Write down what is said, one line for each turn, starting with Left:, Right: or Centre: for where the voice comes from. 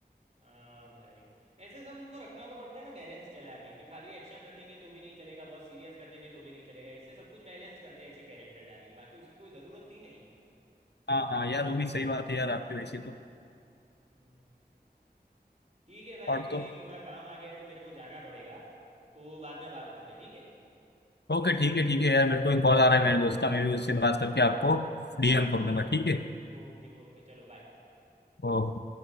Right: हाँ भाई ऐसे सब उनको रखना तो पड़ता है ना बैलेंस चला के कि खाली एक्शन रखेंगे तो भी नहीं चलेगा बहुत सीरियस कर देंगे तो भी नहीं चलेगा इससे सब कुछ बैलेंस करते हैं ऐसे कैरेक्टर डाल के बाकी उसकी कोई ज़रूरत थी नहीं
Left: हाँ हाँ यार वो भी सही बात है यार आपकी वैसे तो
Right: हम्म, ठीक है भाई
Left: और
Right: अभी
Left: तो
Right: थोड़ा काम आ गया है तो मेरे को जाना पड़ेगा तो बाद में बात करते हैं ठीक है
Left: ओके ठीक है ठीक है यार मेरे को एक कॉल आ रहा है मेरे दोस्त का मैं भी उससे बात करके आपको डीएम कर दूंगा ठीक है
Right: ओके ओके चलो बाय
Left: ओके